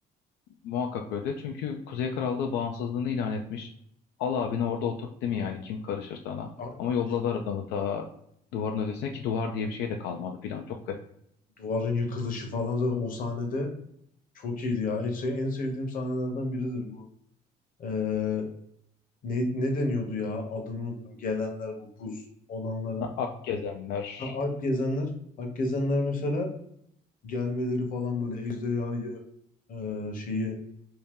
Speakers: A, on the left (about 90°); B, on the left (about 55°).
A: Muhakkak böyle. Çünkü Kuzey Krallığı bağımsızlığını ilan etmiş. Al abini orada oturt değil mi yani kim karışır sana.
B: Aynen.
A: Ama yolladılar
B: yani.
A: adamı ta duvarın ötesine ki duvar diye bir şey de kalmadı filan. Çok garip.
B: Duvarın yıkılışı falan zaten o sahnede Çok iyiydi ya. E, Şey, en sevdiğim sahnelerden biridir bu. Ee, ne, ne deniyordu ya? Adını unuttum. Gelenler bu buz olanların.
A: Na- Ak gezenler.
B: Ha, Alp gezenler. Alp gezenler mesela gelmeleri falan böyle ejderhayı e, şeyi